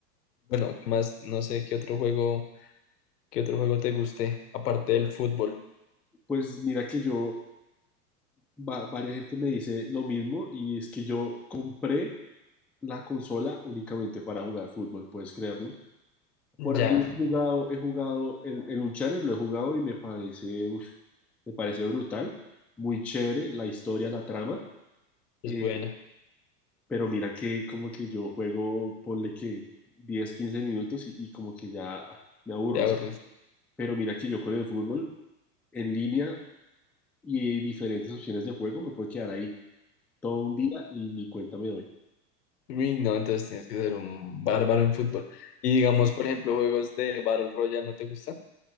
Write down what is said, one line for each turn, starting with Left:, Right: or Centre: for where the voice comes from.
Left: bueno, ¿qué más? No sé qué otro juego, qué otro juego te guste, aparte del fútbol.
Centre: Pues mira que yo va- varias gente me dice lo mismo y es que yo compré la consola únicamente para jugar fútbol, puedes creerlo.
Left: Ya,
Centre: Por ahí he jugado, he jugado el, el Uncharted, lo he jugado y me parece, uf, me parece brutal, muy chévere la historia, la trama,
Left: es
Centre: eh,
Left: buena,
Centre: pero mira que como que yo juego, ponle que 10 15 minutos y, y como que ya ah, me aburro,
Left: te ahorres.
Centre: ¿sí? Pero mira que yo con el fútbol en línea y diferentes opciones de juego me puedo quedar ahí todo un día y ni cuenta me doy.
Left: Uy, no, entonces tienes que ser un bárbaro en fútbol. Y digamos, por ejemplo, juegos de Battle Royale, ¿no te gusta?